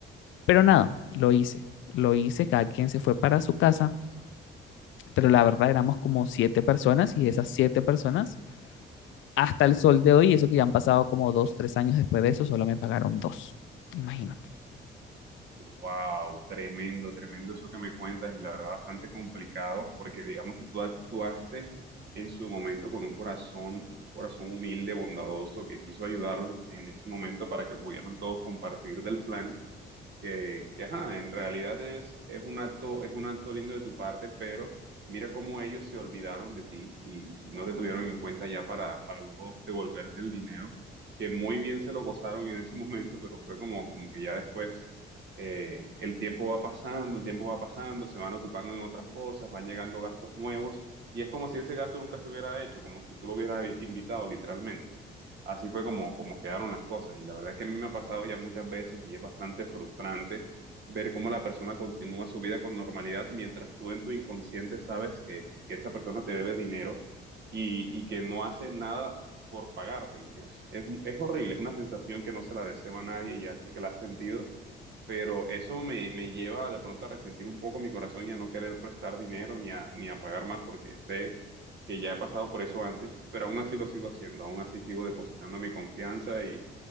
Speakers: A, on the left (about 75°); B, on the right (about 60°).
A: pero nada, lo hice. Lo hice, cada quien se fue para su casa, pero la verdad éramos como siete personas y esas siete personas, hasta el sol de hoy, eso que ya han pasado como dos, tres años después de eso, solo me pagaron dos. Imagínate.
B: Wow, tremendo, tremendo eso que me cuentas y la verdad bastante complicado porque digamos que tú actuaste en su momento con un corazón, un corazón humilde, bondadoso que quiso ayudarlos en ese momento para que pudieran todos compartir del plan que, que, ajá, en realidad es, es un acto, es un acto lindo de tu parte, pero mira cómo ellos se olvidaron de ti y no te tuvieron en cuenta ya para, para luego devolverte el dinero, que muy bien se lo gozaron en ese momento, pero fue como, como que ya después eh, el tiempo va pasando, el tiempo va pasando, se van ocupando en otras cosas, van llegando gastos nuevos, y es como si ese gasto nunca se hubiera hecho, como si tú lo hubieras invitado literalmente así fue como, como quedaron las cosas. Y la verdad es que a mí me ha pasado ya muchas veces y es bastante frustrante ver cómo la persona continúa su vida con normalidad mientras tú en tu inconsciente sabes que, que esa persona te debe dinero y, y que no hace nada por pagártelo. Es, es, es horrible, es una sensación que no se la deseo a nadie y ya sé que la has sentido. Pero eso me, me lleva de pronto a resentir un poco mi corazón y a no querer prestar dinero ni a, ni a pagar más porque sé que ya he pasado por eso antes, pero aún así lo sigo haciendo, aún así sigo depositando mi confianza y,